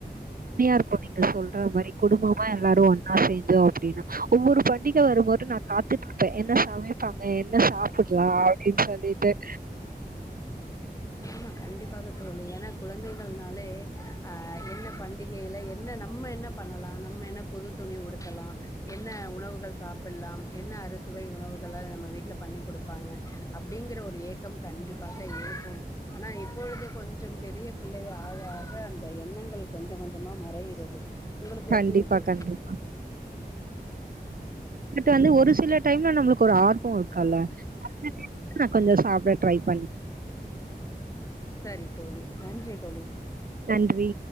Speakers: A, on the right; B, on the left.
A: இருக்கோ நீங்க சொல்ற மாரி குடும்பமா எல்லாரு ஒன்னா சேந்து அப்டினா ஒவ்வொரு ப டிக வரும்போது நா காத்துட்டுருப்பே என்ன சமைப்பாங்க என்ன சாப்புட்லா <unintelligible>
B: ஆமா கண்டிப்பாக தோழி ஏனா குழந்தைகள்னாலே ஆ என்ன பண்டிகைல என்ன நம்ம என்ன பண்ணலா நம்ம என்ன புது துணி உடுத்தலா என்ன உணவுகள் சாப்பில்லாம் என்ன அறுசுவை உணவுகள நம்ம வீட்ல பண்ணி குடுப்பாங்க அப்டிங்கிற ஒரு ஏக்கம் கண்டிப்பாக இருக்கும் ஆனா இப்பொழுது கொஞ்சம் பெரிய பிள்ளையா ஆக ஆக அந்த எண்ணங்கள் கொஞ்ச கொஞ்சமா மறையிறது உங்களுக்கு
A: கண்டிப்பா
B: எப்டி இருக்கு?
A: கண்டிப்பா டு வந்து ஒரு சில டைம்ல நம்ளுக் ஒரு ஆர்வ இருக்கல <inaudible> நா கொஞ்ச சாப்ட ட்ரை பண்
B: செரி தோழி நன்றி தோழி
A: நன்றி